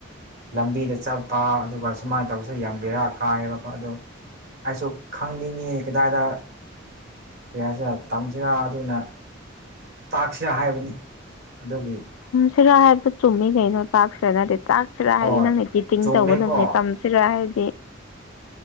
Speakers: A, on the right; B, on the left.
A: ꯂꯝꯕꯤꯗ ꯆꯠꯄ ꯑꯗꯨꯒ ꯁꯨꯃꯥꯏꯅ ꯇꯧꯔꯁꯨ ꯌꯦꯡꯕꯤꯔ ꯀꯥꯏꯌꯦꯕꯀꯣ ꯑꯗꯨ ꯑꯩꯁꯨ ꯈꯪꯅꯤꯡꯉꯤ ꯀꯗꯥꯏꯗ ꯀꯌꯥꯁꯤꯦ ꯇꯝꯁꯤꯔ ꯑꯗꯨꯅ ꯇꯥꯛꯁꯤꯔꯥ ꯍꯥꯏꯕꯅꯤ ꯑꯗꯨꯒꯤ
B: ꯁꯤꯔꯥ ꯍꯥꯏꯕꯗꯨꯣ ꯆꯨꯝꯃꯤ ꯀꯩꯅꯣ ꯇꯥꯛ ꯁꯦꯅꯔꯦ ꯇꯥꯛ ꯁꯤꯔ ꯍꯥꯏꯗꯤ
A: ꯑꯣ
B: ꯅꯪꯅꯤꯇꯤꯡ
A: ꯆꯨꯝꯃꯦꯀꯣ
B: ꯇꯧꯒꯗꯕꯅꯦ ꯇꯝꯁꯤꯔ ꯍꯥꯏꯗꯤ